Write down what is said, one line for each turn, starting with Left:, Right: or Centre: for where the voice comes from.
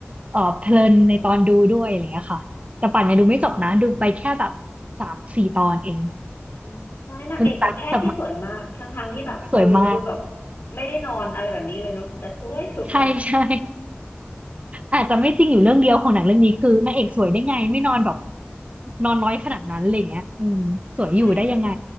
Right: เออเพลินในตอนดูด้วยอะไรอย่างเงี้ยค่ะแต่ป่านยังดูไม่จบนะดูไปแค่แบบสามสี่ตอนเอง
Left: อืมใช่นางเอกเป็นแพทย์ที่สวยมากทั้งๆที่แบบดูดูแบบ
Right: คุณตั๊กสมัครสวยมาก
Left: ไม่ได้นอนอะไรแบบนี้เลยเนาะแต่สวยสวย
Right: ใช่ใช่ อาจจะไม่จริงอยู่เรื่องเดียวของหนังเรื่องนี้คือนางเอกสวยได้ไงไม่นอนแบบนอนน้อยขนาดนั้นอะไรอย่างเงี้ยอืมสวยอยู่ได้ยังไง
Left: ใช่แบบ